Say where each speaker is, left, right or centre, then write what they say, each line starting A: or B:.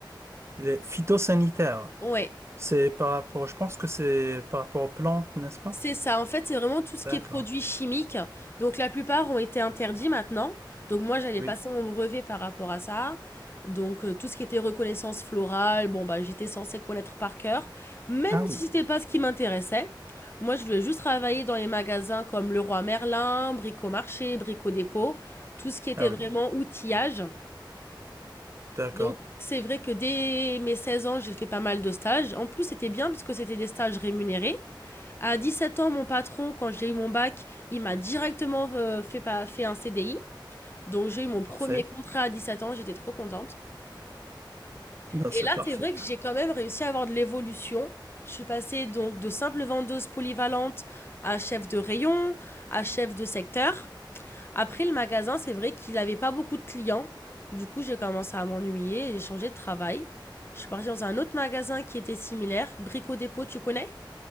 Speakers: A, on the right (about 35°); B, on the left (about 30°).
A: Les phytosanitaires,
B: Ouais.
A: c'est par rapport, je pense que c'est par rapport aux plantes, n'est-ce pas?
B: C'est ça, en fait, c'est vraiment tout ce
A: D'accord.
B: qui est produits chimiques. Donc la plupart ont été interdits maintenant. Donc moi, j'allais
A: Oui.
B: passer mon brevet par rapport à ça. Donc euh, tout ce qui était reconnaissance florale, bon bah j'étais censée connaître par cœur, même
A: Ah
B: si
A: oui,
B: c'était pas ce qui m'intéressait. Moi, je voulais juste travailler dans les magasins comme Leroy Merlin, Brico Marché, Brico Dépôt, tout ce qui était
A: ah
B: vraiment
A: oui,
B: outillage.
A: d'accord,
B: Donc, c'est vrai que dès mes 16 ans, j'ai fait pas mal de stages. En plus, c'était bien parce que c'était des stages rémunérés. À 17 ans, mon patron, quand j'ai eu mon bac, il m'a directement euh, fait, pas- fait un CDI. Donc, j'ai eu mon premier
A: parfait.
B: contrat à 17 ans, j'étais trop contente.
A: Ben
B: Et
A: c'est
B: là,
A: parfait.
B: c'est vrai que j'ai quand même réussi à avoir de l'évolution. Je suis passée donc de simple vendeuse polyvalente à chef de rayon, à chef de secteur. Après, le magasin, c'est vrai qu'il n'avait pas beaucoup de clients. Du coup, j'ai commencé à m'ennuyer et j'ai changé de travail. Je suis partie dans un autre magasin qui était similaire, Brico Dépôt, tu connais?